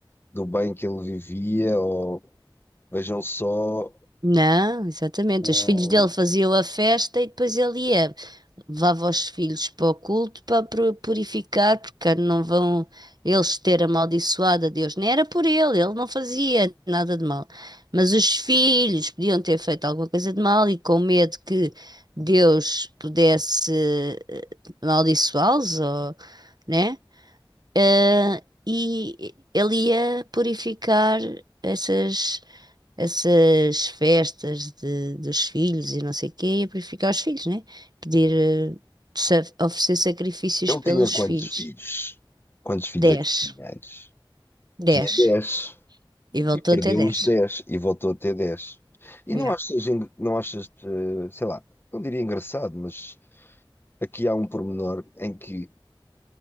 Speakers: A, on the left (about 25°); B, on the right (about 50°).
A: do bem que ele vivia, ou vejam só
B: Não, exatamente.
A: o...
B: Os filhos dele faziam a festa e depois ele ia. levava os filhos para o culto para pru- purificar, porque não vão eles ter amaldiçoado a Deus. Nem era por ele, ele não fazia nada de mal. Mas os filhos podiam ter feito alguma coisa de mal e com medo que Deus pudesse eh, amaldiçoá-los, ou, né? Eh, e ele ia purificar essas essas festas de, dos filhos e não sei o quê, e a purificar os filhos, né? Pedir, eh, sa- oferecer sacrifícios
A: Ele
B: pelos
A: tinha quantos
B: filhos.
A: filhos? Quantos filhos
B: dez
A: é que tinha antes?
B: dez
A: Tinha dez
B: E voltou
A: E perdeu
B: até dez
A: os 10 e voltou a ter dez E
B: Yeah.
A: não achas, en- não achas, eh, sei lá, não diria engraçado, mas aqui há um pormenor em que